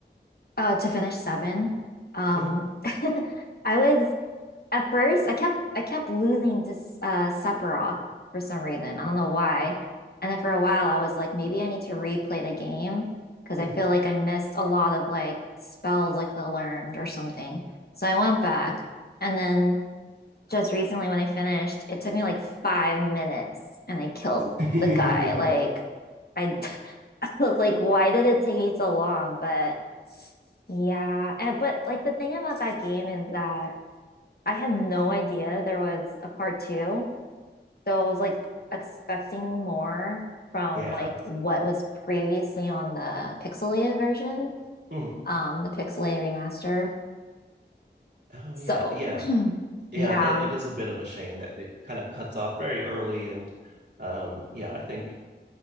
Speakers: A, on the left; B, on the right.
A: uh, to finish seven. Um,
B: Mhm,
A: <laughs> I was At first, I kept I kept losing to uh, Sephiroth for some reason. I don't know why. And then for a while, I was like, maybe I need to replay the game because
B: mhm.
A: I feel like I missed a lot of like spells I could have learned or something. So I went back, and then just recently when I finished, it took me like five minutes, and I killed
B: <laughs>
A: the guy. Like I, <laughs> I was like, why did it take me so long? But yeah, and, but like the thing about that game is that. I had no idea there was a part two. So I was like expecting more from
B: Yeah.
A: like what was previously on the pixelated version,
B: Mhm.
A: um, the pixelated remaster.
B: Oh
A: So
B: yeah. Yeah.
A: <clears throat>
B: Yeah,
A: yeah.
B: that it is a bit of a shame that it kind of cuts off very early and um yeah, I think